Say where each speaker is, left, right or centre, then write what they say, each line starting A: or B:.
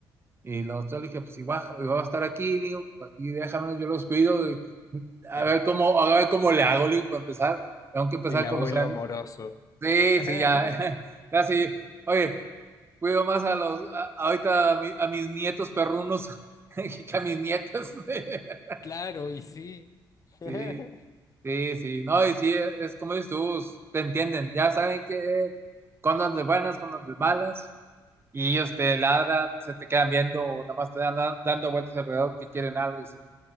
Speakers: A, on the right; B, on the left.
A: Y los otros le dije, pues si baja- yo voy a estar aquí, le digo, pues, aquí déjamelo, yo los cuido, y a
B: <laughs> ajá.
A: ver cómo, a ver cómo le hago, le digo, para empezar, tengo que empezar
B: El abuelo
A: a conocerlos.
B: amoroso.
A: Sí,
B: <laughs>
A: sí, ya, <laughs> ya sí, oye, cuido más a los, a- ahorita a, mi- a mis nietos perrunos <laughs> que a mis nietas. <laughs>
B: Claro, y sí. <laughs>
A: Sí. Sí, sí, no, y sí, es, es como dices tú, s- te entienden, ya saben que cuando de buenas, cuando de malas, y ellos te ladran, se te quedan viendo, o nada más te dan dan- dando vueltas alrededor que quieren algo, y dicen,